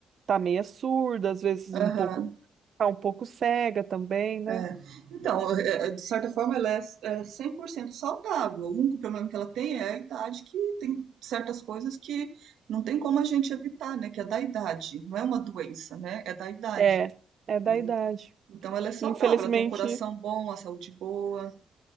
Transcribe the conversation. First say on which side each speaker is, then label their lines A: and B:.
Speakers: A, on the right; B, on the right.
A: tá meio surda, às vezes um
B: Aham,
A: pouco tá um pouco cega também, né?
B: é. Então, é- é, de certa forma, ela é, é 100% saudável. O único problema que ela tem é a idade, que tem certas coisas que não tem como a gente evitar, né? Que é da idade. Não é uma doença, né? É da idade.
A: É, é, é da
B: né?
A: idade.
B: Então, ela é saudável,
A: Infelizmente,
B: ela tem um coração bom, a saúde boa.